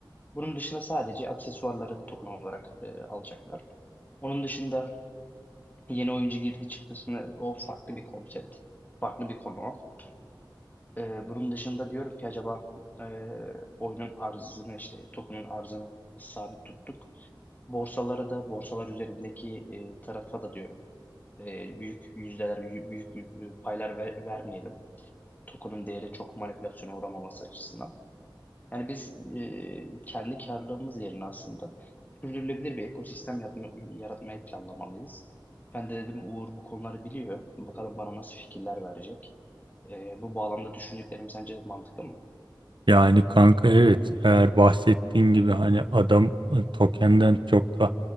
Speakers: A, on the left; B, on the right.
A: Bunun dışında sadece aksesuarları token olarak e, alacaklar. Onun dışında yeni oyuncu girdi çıktısını o farklı bir konsept, farklı bir konu. E, bunun dışında diyorum ki acaba e, oyunun arzını işte token'ın arzını sabit tuttuk. Borsalara da borsalar üzerindeki e, tarafa da diyorum e, büyük yüzdeler, büyük, büyük, e, paylar ver- vermeyelim. Token'ın değeri çok manipülasyona uğramaması açısından. Yani biz e, kendi karlılığımız yerine aslında sürdürülebilir bir ekosistem yapma- yaratmayı planlamalıyız. Ben de dedim Uğur bu konuları biliyor. Bakalım bana nasıl fikirler verecek. E, bu bağlamda düşündüklerim sence mantıklı mı?
B: Yani kanka evet eğer bahsettiğin gibi hani adam e, tokenden çok da